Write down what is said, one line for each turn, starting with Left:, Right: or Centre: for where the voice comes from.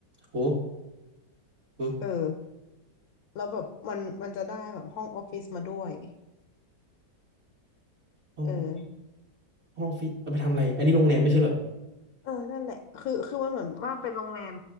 Right: โหเออ
Left: เออแล้วแบบมันมันจะได้แบบห้องออฟฟิศมาด้วย
Right: ห้องห้อง
Left: เออ
Right: ออฟฟิศเอาไปทำอะไรอันนี้โรงแรมไม่ใช่เหรอ
Left: เออนั่นแหละคือคือมันเหมือนว่าเป็นโรงแรม